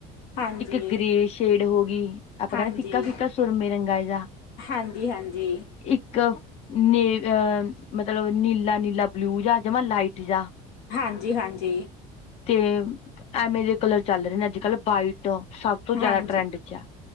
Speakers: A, on the left; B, on the left.
A: ਹਾਂਜੀ,
B: ਇੱਕ ਗ੍ਰੇ ਸ਼ੇਡ ਹੋ ਗੀ। ਆਪਾਂ
A: ਹਾਂਜੀ।
B: ਕੈਣੇ ਫਿੱਕਾ-ਫਿੱਕਾ ਸੁਰਮੇ ਰੰਗਾ ਜਾ
A: ਹਾਂਜੀ, ਹਾਂਜੀ,
B: ਇੱਕ ਨੇ ਅਹ ਮਤਲਬ ਨੀਲਾ-ਨੀਲਾ ਬਲੂ ਜਾ ਜਮਾ ਲਾਈਟ ਜਿਹਾ।
A: ਹਾਂਜੀ- ਹਾਂਜੀ
B: ਤੇ ਐਵੇੇ ਜੇ ਕਲਰ ਚੱਲ ਰੇ ਨੇ ਅੱਜ-ਕੱਲ੍ਹ ਬਾਈਟ ਸਭ ਤੋਂ
A: ਹਾਂਜੀ।
B: ਜੈਦਾ ਟਰੈਂਡ 'ਚ ਆ।